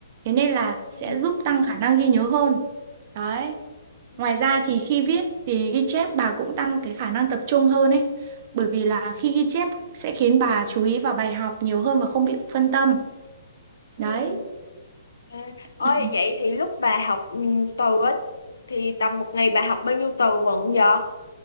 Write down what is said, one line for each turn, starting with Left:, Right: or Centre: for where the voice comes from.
Right: Thế nên là
Left: Ừ.
Right: sẽ giúp tăng khả năng ghi nhớ hơn. Đấy.
Left: Ừ.
Right: Ngoài ra thì khi viết thì ghi chép bà cũng tăng cái khả năng tập trung hơn ấy. Bởi vì là khi ghi chép sẽ khiến bà chú ý vào bài học nhiều hơn và không bị phân tâm.
Left: Ừ.
Right: Đấy.
Left: À, ôi
Right: Ừ.
Left: vậy thì lúc bà học ừ, từ á thì tầm một ngày bà học bao nhiêu từ vựng vậy